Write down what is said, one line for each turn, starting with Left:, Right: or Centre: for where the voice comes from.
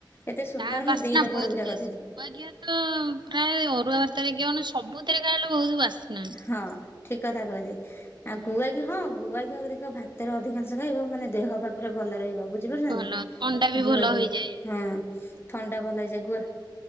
Left: ଏତେ ସୁନ୍ଦର
Right: ତା ବାସ୍ନା
Left: ମୁଁ ଦିଟା
Right: ବହୁତ
Left: ପୋଡପିଠା
Right: ଟେଷ୍ଟ।
Left: କରିଥିଲି।
Right: ଗୁଆ ଘିଅ ତ ପ୍ରାୟ ଅରୁଆ ଭାତରେ କଣ ସବୁଥିରେ ଖାଇଲେ ବହୁତ ବାସ୍ନା।
Left: ହଁ ଠିକ କଥା କହିଲେ
Right: ହୁଁ
Left: ଆଉ ଗୁଆଘିଅ ହଁ। ଗୁଆଘିଅକୁ ଦେଖିବ ଭାତରେ ଅଧିକାଂଶ ଖାଇବ ମାନେ ଦେହପା ପୁରା ଭଲ ରହିବ। ବୁଝିପାରୁଛନ୍ତି
Right: ଭଲ ଥଣ୍ଡା ବି ଭଲ
Left: ଗୁଆଘିଅ
Right: ହେଇଯାଏ
Left: ହଁ ଥଣ୍ଡା ଭଲ ହେଇଯାଏ ଗୁଆ